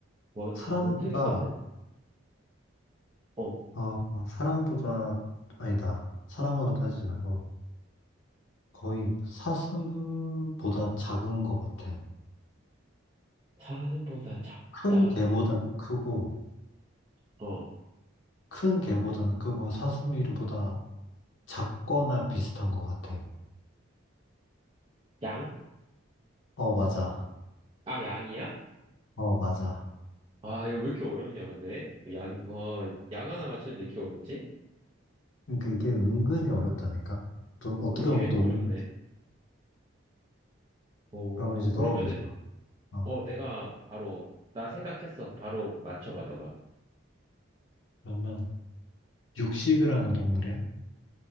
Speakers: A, on the right (about 25°); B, on the left (about 65°).
A: 원,
B: 사람보다,
A: 아, 원숭이도 아니, 어.
B: 어, 사람보다, 아니다. 사람으로 따지지 말고 거의 사슴보다 작은 것 같아.
A: 사슴보다 작다.
B: 큰 개보다는 크고,
A: 어,
B: 큰 개보다는 그거 사슴이보다 작거나 비슷한 것 같아.
A: 양?
B: 어, 맞아.
A: 아, 양이야?
B: 어, 맞아.
A: 아, 이거 왜 이렇게 어렵냐, 근데? 양, 어, 양 하나 맞추는데 이렇게 어렵지?
B: 그러니까 이게 은근히 어렵다니까? 또 어떻게
A: 그러게,
B: 보면 또
A: 어렵네.
B: 은,
A: 어,
B: 그러면 이제
A: 그러면,
B: 너가 문제 나. 어.
A: 어, 내가 바로, 나 생각했어. 바로 맞춰봐, 너가.
B: 그러면 육식을 하는 동물이야?